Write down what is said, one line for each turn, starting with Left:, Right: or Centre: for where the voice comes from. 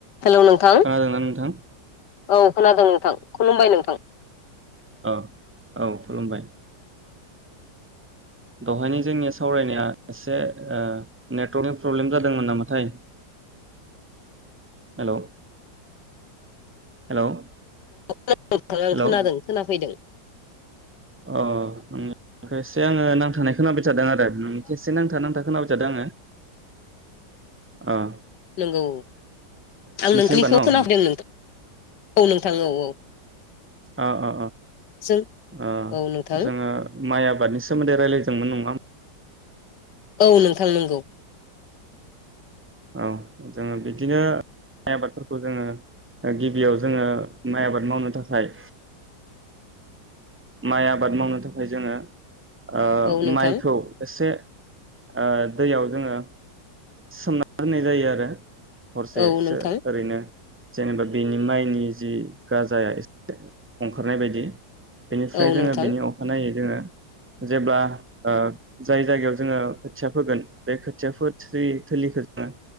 Left: Hello नोंथां
Right: खोनादोंना नोंथां?
Left: औ खोनादों नोंथां खुलुमबाय नोंथां।
Right: औ औ खुलुमबाय दहायनि जोंनिया सावरायनाया एसे ओ नेटवर्कि प्रब्लेम जादोंमोन नामा? हेल हेलौ
Left: <inaudible> आं
Right: हेलौ
Left: खोनादों खोनाफैदों।
Right: अ <unintelligible> से आङो नांथानाय खोनाबाय थादों आरो नोंनिखो से नांथा नांथा खोनाबाय थादों आङो। ओ
Left: नोंगौ आं नोंथानिखौ
Right: होमबा न'
Left: खोनाफैदों नोंथां औ नोंथां औ औ।
Right: अ अ
Left: जों
Right: ओ
Left: औ नोंथां
Right: जोङो। माइ आबादनि सोमोन्दै रायज्लायदोंमोन नङा।
Left: औ नोंथां नंगौ
Right: औ जोङो बिदिनो माइ आबादफोरखौ जोङो गिबियाव जोङो माइ आबाद मावनो थाखाय माइ आबाद मावनो थाखाय जोङो ओ
Left: औ नोंथां
Right: माइखौ एसे ओ दैयाव जोङो सोमना दोननाय जायो आरो हरसेसो
Left: औ नोंथां
Right: ओरैनो। जेनेबा बिनि माइनि जि गाजाया एसे ओंखारनाय बायदि। बेनिफ्राय
Left: औ
Right: जोङो
Left: नोंथां
Right: बिनि अखानायै जोङो जेब्ला ओ जाय जायगायाव जोङो खोथिया फोगोन बे खोथियाफोद थ्रि थोलिखो जोङो